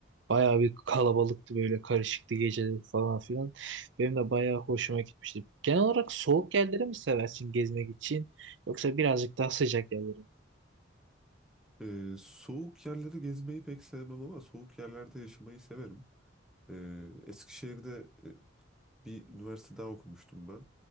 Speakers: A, on the right; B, in the centre.
A: Bayağı bir kalabalıktı böyle karışıktı geceleri falan filan. Benim de bayağı hoşuma gitmişti. Genel olarak soğuk yerleri mi seversin gezmek için yoksa birazcık daha sıcak yerleri mi?
B: Ee, soğuk yerleri gezmeyi pek sevmem ama soğuk yerlerde yaşamayı severim. Ee, Eskişehir'de e, bir üniversite daha okumuştum ben.